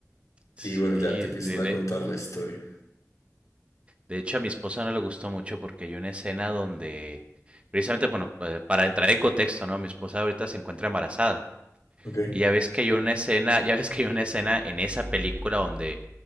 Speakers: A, on the right; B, on the left.
A: Sí,
B: Y bueno, ya te empiezan
A: de,
B: a
A: de,
B: contar la historia.
A: de hecho a mi esposa no le gustó mucho porque hay una escena donde, precisamente, bueno, eh, para entrar en contexto, ¿no? Mi esposa ahorita se encuentra embarazada.
B: ¿Ok?
A: Y ya ves que hay una escena, ya ves que hay una escena en esa película donde